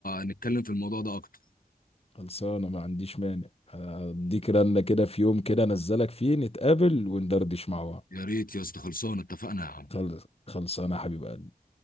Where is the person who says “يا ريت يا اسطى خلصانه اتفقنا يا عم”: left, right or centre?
Left